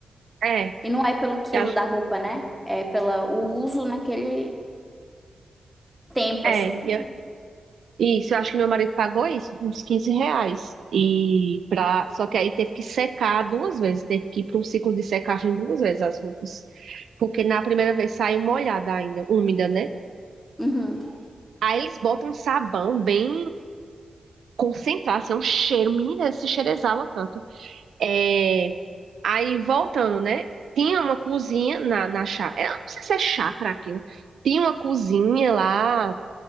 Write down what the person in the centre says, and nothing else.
E não é pelo quilo
da roupa, né? É pelo uso naquele tempo,
assim, que a gente...
Uhum.